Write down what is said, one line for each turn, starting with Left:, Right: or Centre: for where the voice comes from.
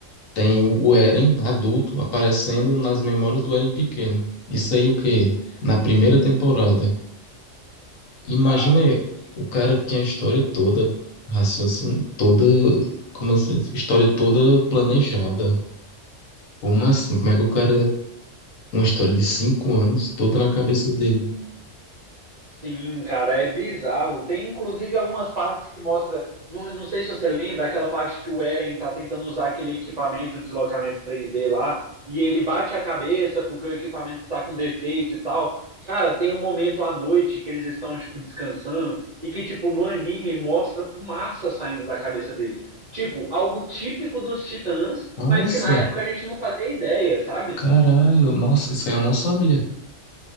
Left: tem o Eren adulto aparecendo nas memórias do Eren pequeno. Isso aí o quê? Na primeira temporada. Imagina
Right: Cara,
Left: aí,
Right: sim.
Left: o cara tinha a história toda, raciocínio, toda, como assim, história toda planejada. Como assim? Como é que o cara, uma história de cinco anos, toda na cabeça dele?
Right: Sim, cara, é bizarro. Tem inclusive algumas partes que mostra. Não, não sei se você lembra, aquela parte que o Eren tá tentando usar aquele equipamento de deslocamento 3D lá, e ele bate a cabeça porque o equipamento tá com defeito e tal. Cara, tem um momento à noite que eles estão, tipo, descansando, e que, tipo, no anime mostra fumaça saindo da cabeça dele. Tipo, algo típico dos Titãs,
Left: Nossa!
Right: mas que na época a gente não fazia ideia, sabe?
Left: Caralho, nossa, isso aí eu não sabia.